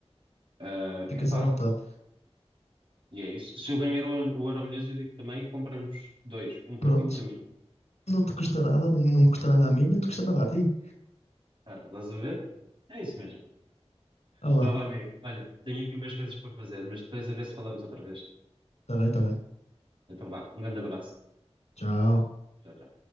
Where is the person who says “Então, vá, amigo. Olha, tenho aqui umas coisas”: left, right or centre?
Right